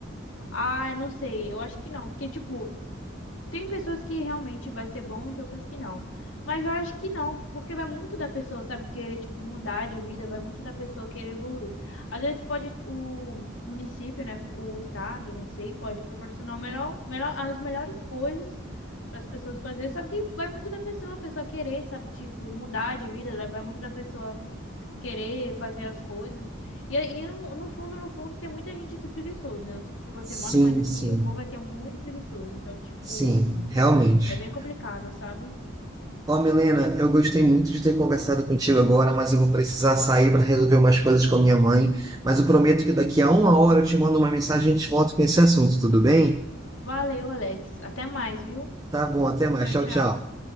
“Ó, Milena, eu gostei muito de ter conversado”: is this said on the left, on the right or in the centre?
Right